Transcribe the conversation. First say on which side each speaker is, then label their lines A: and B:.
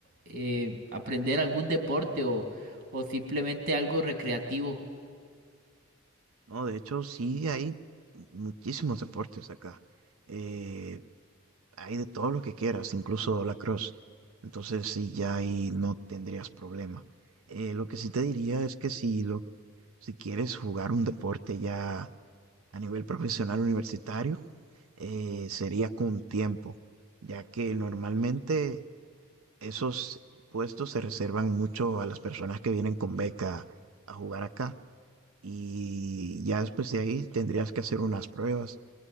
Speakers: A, on the right (about 55°); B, on the right (about 75°).
A: eh, aprender algún deporte o, o simplemente algo recreativo?
B: No, de hecho sí hay muchísimos deportes acá. Eh, hay de todo lo que quieras, incluso la cross. Entonces sí, ya ahí no tendrías problema. Eh, lo que sí te diría es que si lo, si quieres jugar un deporte ya a nivel profesional universitario, eh, sería con tiempo, ya que normalmente Esos puestos se reservan mucho a las personas que vienen con beca a jugar acá. Y ya después de ahí tendrías que hacer unas pruebas